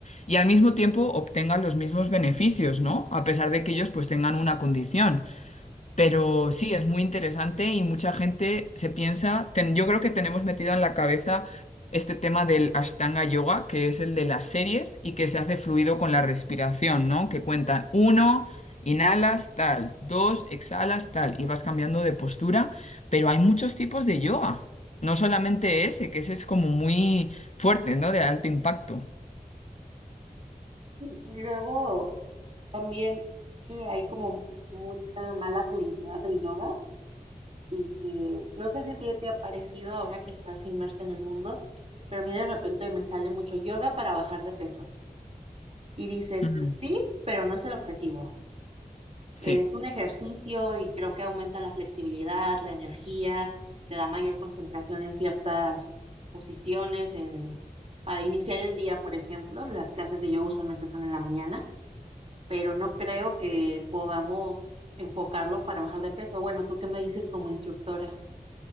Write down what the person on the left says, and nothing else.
y al mismo tiempo obtengan los mismos beneficios, ¿no? A pesar de que ellos pues tengan una condición. Pero sí, es muy interesante y mucha gente se piensa, ten- yo creo que tenemos metido en la cabeza este tema del Ashtanga Yoga, que es el de las series y que se hace fluido con la respiración, ¿no? Que cuentan uno, inhalas tal, dos, exhalas tal y vas cambiando de postura, pero hay muchos tipos de yoga, no solamente ese, que ese es como muy fuerte, ¿no? De alto impacto.
Ujú.
Sí.